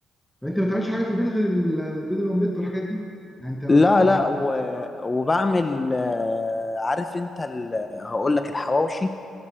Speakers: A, in the centre; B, on the left.
A: طب أنت ما بتعملش حاجة في البيت غير ال- البيض الأومليت والحاجات دي؟ يعني أنت لو
B: لا
A: حتى
B: لا و... وبعمل آه، عارف انت ال... هقول لك الحواوشي